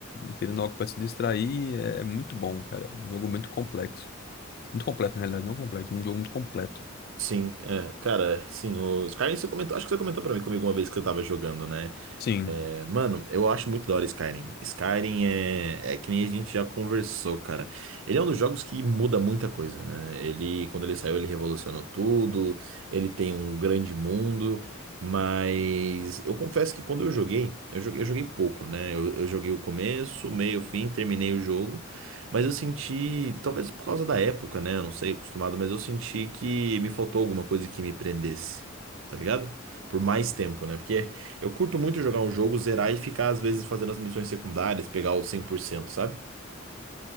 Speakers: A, on the left; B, on the right.
A: querendo algo pra se distrair, é é muito bom, cara. Um jogo muito complexo. Muito completo, na realidade, não complexo, um jogo muito completo.
B: Sim, é, cara, sim, os Skyrim você comentou, acho que você comentou pra mim comigo uma vez que você tava jogando, né?
A: Sim,
B: É, mano, eu acho muito da hora Skyrim. Skyrim é, é que nem a gente já conversou, cara. Ele é um dos jogos que muda muita coisa, né? Ele, quando ele saiu, ele revolucionou tudo, ele tem um grande mundo, mas eu confesso que quando eu joguei, eu joguei, eu joguei pouco, né? Eu, eu joguei o começo, meio, fim, terminei o jogo. Mas eu senti, talvez por causa da época, né? Eu não sei, acostumado, mas eu senti que me faltou alguma coisa que me prendesse, tá ligado? Por mais tempo, né? Porque eu curto muito jogar um jogo, zerar e ficar, às vezes, fazendo as missões secundárias, pegar o cem por cento sabe?